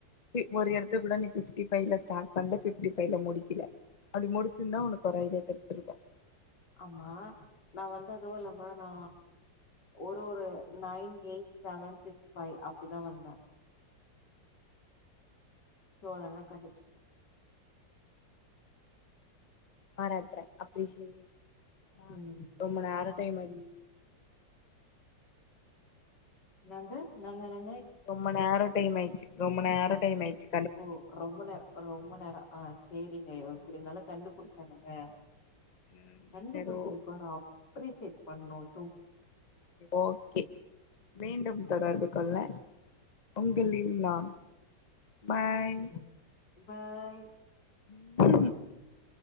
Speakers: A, on the left (about 45°); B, on the left (about 65°).
A: பி ஒரு எடத்துல கூட நீ ஃபிப்டி ஃபைவ்ல ஸ்டார்ட் பண்ணல, ஃபிப்டி ஃபைவ்ல முடிக்கல. அப்படி முடிச்சிருந்தா உனக்கு ஒரு ஐடியா கெடச்சிருக்கு
B: ஆமா நா வந்ததது இல்லாம நா ஒரு ஒரு nine, eight, seven, six, five அப்படிதா வந்தே சோ அதெல்லா கண்டுபுடிச்சிட்டா
A: பாராட்ர அப்டி செட் ஆனா
B: ம்
A: ரொம்ப நேர
B: தேங்க்யூ
A: டைம் ஆச்சு
B: நாங்க - நங்க - நங்
A: ரொம்ப நேரோ டைம் ஆயிச்சு- ரொம்ப நேரோ டைம் ஆயிச்சு
B: ஓ ரொம்ப நேர - ரொம்ப நேர ஆஹ் சேரிங்கயா எப்டி
A: ஆமா
B: இருந்தாலும் கண்டு புடிச்சானுங்கள
A: ம்
B: கண்டுபுடிச்சதுக்குரம்
A: சரி ஓ
B: அப்ரிசெட் பன்னோன்
A: ஓகே மீண்டும் தொடர்பு கொள்ள உங்களில் நா பாய்
B: ம் பாய்
A: <unintelligible>